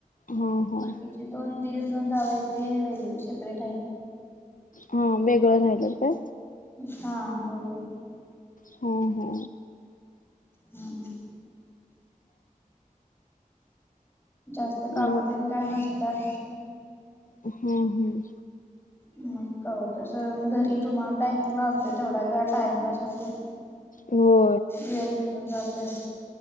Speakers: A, on the left; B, on the left.
A: हा हा.
B: बाकीचे दोन दीर दोन जावा आहेत ते वेगळे सेपरेट आहेत.
A: हा वेगळं राहिल्यात काय?
B: हा होय.
A: हा हा.
B: हा. जास्त
A: मग
B: काम तेन काय नसत्यात.
A: हम्म हम्म.
B: मग तस घरी रुमाल पॅकिंगला आणतोय तेवढाच जरा टाइमपास होतोय.
A: हो
B: वेळ पण जातोय.